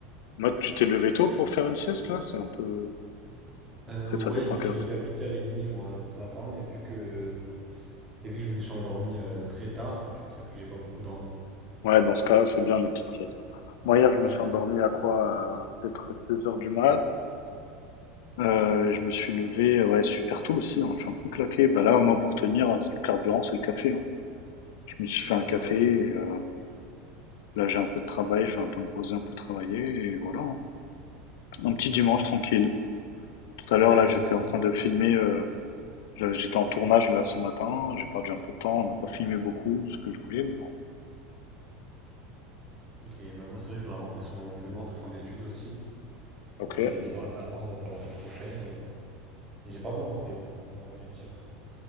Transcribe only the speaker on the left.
Moi, tu t'es levé tôt pour faire une sieste là? C'est un peu.
Après,
ça dépend
quelle
heure.
Ouais, dans ce cas, c'est bien les petites siestes. Moi, hier, je
me suis endormi à quoi? à Peut-être 2 heures du mat. Euh, je me suis levé, ouais, super tôt aussi. hein. Je suis un peu claqué. Bah là, moi, pour tenir, c'est le carburant, c'est le café. hein. Je me suis fait un
café. et, euh, là, j'ai un peu de travail. Je vais un peu me poser, un peu travailler. Et voilà. hein. Un petit dimanche
tranquille. Tout à
l'heure, là,
j'étais
en train de filmer. euh, Je- J'étais en tournage là ce matin, j'ai perdu un peu de temps, on n'a pas filmé beaucoup ce que je voulais, mais bon.
Ok.